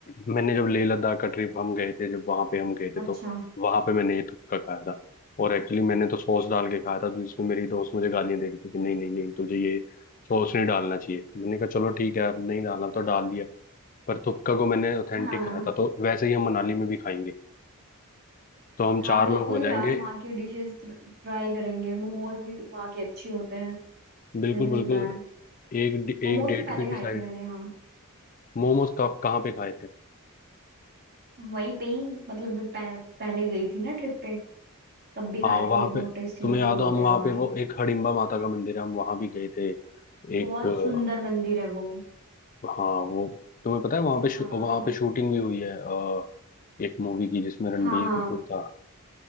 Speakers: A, on the left; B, on the right.
A: मैंने जब लेह लद्दाख का ट्रिप हम गए थे जब वहां पे हम गए थे
B: अच्छा
A: तो वहां पे मैंने ये तुक्का खाया था और एक्चुअली मैंने तो सॉस डाल के खाया था तो जिसमें मेरी दोस्त मुझे गालियां दे रही थी कि नहीं नहीं नहीं तुझे ये सॉस नहीं डालना चाहिए मैंने कहा चलो ठीक है अब नहीं डालना तो डाल दिया पर तुक्का को मैंने ऑथेंटिक
B: हाँ
A: खाया था तो वैसे ही हम मनाली में भी खाएंगे तो हम
B: हाँ
A: चार
B: बिल्कुल
A: लोग हो जाएंगे
B: यार वहाँ की डिशेस ट्राई करेंगे मोमोज भी वहाँ के अच्छे होते हैं
A: बिल्कुल
B: मैंने
A: बिल्कुल
B: सुना है
A: एक
B: मोमोज
A: एक डेट
B: तो पहले
A: भी
B: खाए
A: डिसाइड
B: थे मैंने हाँ
A: मोमोज कहाँ पे खाए थे
B: वहीं पे ही मतलब जब पह, पहले गई थी ना ट्रिप पे तब भी
A: हाँ
B: खाए
A: वहां
B: थे बहुत
A: पे
B: टेस्टी
A: तुम्हें
B: मोमोज
A: याद
B: होते
A: हो हम
B: हैं
A: वहां
B: वहाँ
A: पे वो
B: के
A: एक हडिम्बा माता का मंदिर है हम वहां भी गए थे
B: बहुत
A: एक अ,
B: सुंदर मंदिर है वो
A: हाँ वो तुम्हें पता है वहां पे शू-
B: हाँ
A: वहां पे शूटिंग भी हुई है अ, एक मूवी की जिसमें रणबीर
B: हाँ हाँ
A: कपूर था